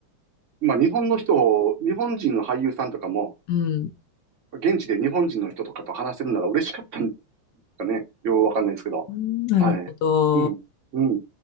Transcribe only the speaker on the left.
うん。
うんなるほど。